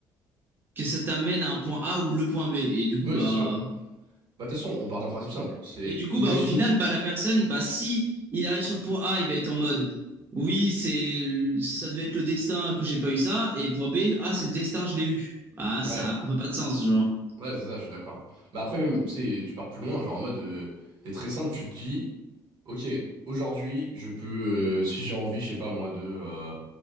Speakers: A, on the right; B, on the right.
A: que ça t'amène à un point A ou le point B. Et du coup,
B: Oui,
A: bah.
B: c'est sûr. Bah, de toute façon, on part d'un principe simple. C'est
A: Et du coup,
B: imaginons.
A: bah, au final, bah, la personne, bah, si il arrive sur le point A, il va être en mode Oui, c'est ça devait être le destin que j'ai pas eu ça. Et point B, ah, c'est le destin, je l'ai eu. Ah,
B: Ouais,
A: ça a peu pas de sens, genre.
B: ouais, c'est ça, je suis d'accord. Bah, après, même, tu sais, tu pars plus loin, genre en mode. euh, c'est très simple, tu te dis, ok, aujourd'hui, je peux, euh, si j'ai envie, je sais pas moi, de. euh,